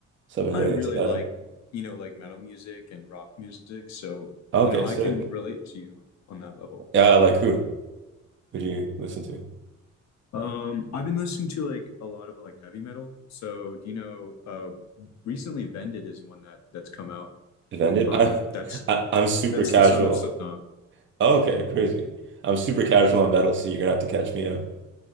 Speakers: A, on the right; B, on the left.
A: So I've been
B: I
A: really
B: really
A: into that.
B: like, you know, like metal music and rock music. So,
A: Okay,
B: you know, I
A: sick.
B: can relate to you on that level.
A: Yeah, like who? Who do you listen to?
B: Um, I've been listening to like a lot of like heavy metal. So, do you know, uh, recently Vended is one that that's come out.
A: Defended?
B: Um,
A: I'm
B: that's
A: <laughs> I, I'm super
B: That's
A: casual.
B: the son of Slipknot.
A: Oh, okay, crazy. I'm super casual on metal, so you're gonna have to catch me up.